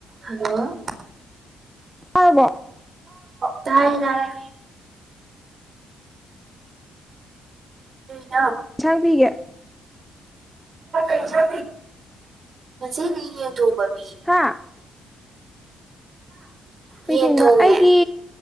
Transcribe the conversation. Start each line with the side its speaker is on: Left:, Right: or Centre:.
Right: hello
Centre: ꯑꯗ
Right: ꯇꯥꯔꯦ ꯇꯥꯔꯦ ꯍ
Centre: ꯁꯪꯄꯤꯤꯒꯦ
Right: ꯩꯁ ꯃꯖꯤꯦ ꯅ ꯣꯕꯔ
Centre: ꯍꯥꯥ ꯀꯩ
Right: ꯌꯦꯟ
Centre: ꯊꯣꯡꯕ
Right: ꯊꯣꯡꯉꯦ
Centre: ꯑꯩꯒꯤ